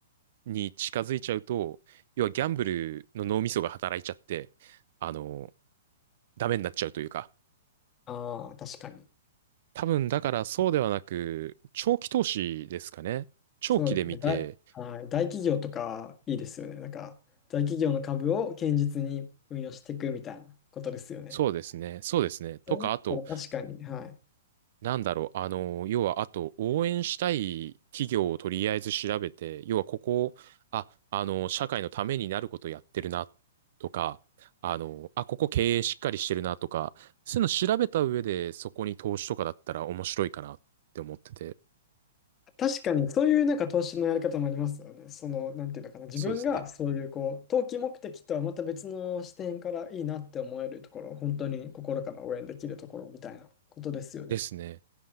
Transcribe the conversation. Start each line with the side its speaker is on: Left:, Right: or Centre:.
Right: に近づいちゃうと、要はギャンブルの脳みそが働いちゃって、あの、ダメになっちゃうというか、
Left: ああ、確かに。
Right: 多分だからそうではなく、長期投資ですかね。長期で見て、
Left: そうですね。だ、はい、大企業とかいいですよね。なんか、大企業の株を堅実に運用していくみたいなことですよね。
Right: そうですね、そうですね。とか、
Left: それだったら確かに、
Right: あと、
Left: はい。
Right: なんだろう、あの、要は、あと、応援したい企業をとりあえず調べて、要はここ、あ、あの、社会のためになることやってるな、とか、あの、あ、ここ経営しっかりしてるな、とか、そういうの調べた上で、そこに投資とかだったら面白いかなって思ってて。
Left: 確かに、そういうなんか投資のやり方もありますよね。その、なんていうのかな。自分がそういう、
Right: そうですね。
Left: こう、投機目的とはまた別の視点からいいなって思えるところ、本当に心から応援できるところみたいなことですよね。
Right: ですね。